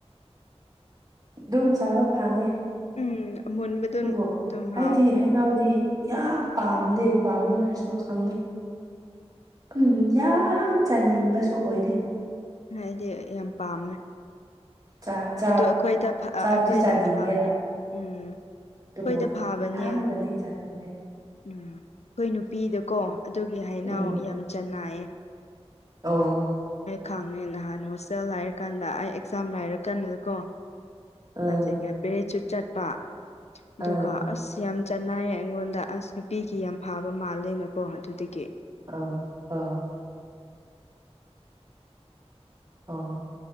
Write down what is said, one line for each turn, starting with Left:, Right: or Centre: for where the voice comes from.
Right: ꯑꯗꯨꯝ ꯆꯥꯕ ꯐꯪꯉꯦ
Left: ꯎꯝ ꯃꯨꯟꯕꯗꯨ
Right: ꯑꯗꯨꯕꯨ
Left: ꯑꯗꯨꯝ ꯍꯥꯎ
Right: ꯑꯩꯗꯤ ꯍꯩꯅꯧꯗꯤ ꯌꯥꯝ ꯄꯥꯝꯗꯦ ꯄꯥꯝꯅꯔꯁꯨ ꯈꯪꯗꯦ ꯎꯝ ꯌꯥꯝ ꯆꯥꯅꯤꯡꯕꯁꯨ ꯑꯣꯏꯗꯦ
Left: ꯑꯩꯗꯤ ꯌꯥꯝ ꯄꯥꯝꯃꯦ
Right: ꯆꯥ ꯆꯥ
Left: ꯑꯗꯨ ꯑꯩꯈꯣꯏꯗ
Right: ꯆꯥꯕꯗꯤ
Left: ꯑꯩꯈꯣꯏꯗ
Right: ꯆꯥꯅꯤꯡꯉꯦ
Left: ꯐꯕꯅꯦ ꯎꯝ ꯑꯩꯈꯣꯏꯗ
Right: ꯑꯗꯨꯕꯨ
Left: ꯐꯥꯕꯅꯦ
Right: ꯌꯥꯝꯅꯗꯤ
Left: ꯎꯝ
Right: ꯆꯥꯅꯤꯡꯗꯦ
Left: ꯑꯩꯈꯣꯏ ꯅꯨꯄꯤꯗꯀꯣ ꯑꯗꯨꯒꯤ ꯍꯩꯅꯥꯎ
Right: ꯎꯝ
Left: ꯌꯥꯝ ꯆꯅꯩꯌꯦ
Right: ꯑꯣ
Left: ꯈꯪꯉꯦ ꯅꯍꯥꯟ ꯍꯣꯁꯇꯦꯜ ꯂꯩꯔ ꯀꯥꯟꯗ ꯑꯩ ꯑꯦꯛꯖꯥꯝ ꯂꯩꯔ ꯀꯥꯟꯗ ꯀꯣ
Right: ꯑꯥ
Left: ꯑꯗꯨꯒ ꯄꯦꯔꯦꯠꯆꯨ ꯆꯠꯄ ꯑꯗꯨꯒ
Right: ꯑꯥ
Left: ꯑꯁ ꯌꯥꯝ ꯆꯅꯥꯏꯌꯦ ꯑꯩꯉꯣꯟꯗ ꯑꯁ ꯅꯨꯄꯤꯒꯤ ꯌꯥꯝ ꯐꯥꯕ ꯃꯥꯜꯂꯦꯅꯀꯣ ꯑꯗꯨꯗꯒꯤ
Right: ꯑꯥ ꯑꯥ ꯑꯣ